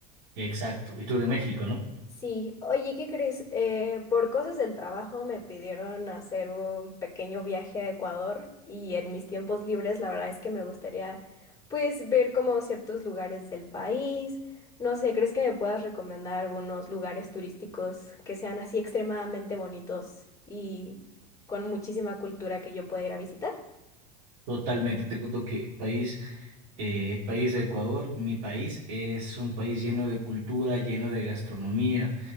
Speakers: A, on the right; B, on the left.
A: Exacto. Y tú de México, ¿no?
B: Sí, oye, ¿qué crees? Eh, por cosas del trabajo me pidieron hacer un pequeño viaje a Ecuador y en mis tiempos libres la verdad es que me gustaría pues ver como ciertos lugares del país. No sé, ¿crees que me puedas recomendar algunos lugares turísticos que sean así extremadamente bonitos y con muchísima cultura que yo pueda ir a visitar?
A: Totalmente. Te cuento que país, eh, el país de Ecuador, mi país, es un país lleno de cultura, lleno de gastronomía,